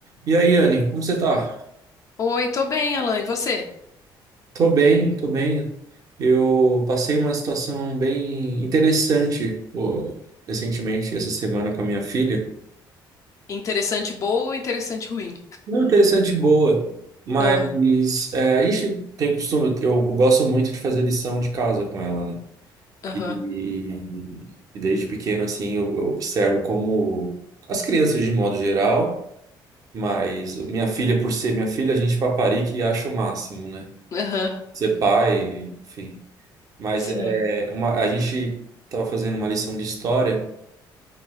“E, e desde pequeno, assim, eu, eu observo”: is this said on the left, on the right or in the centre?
Right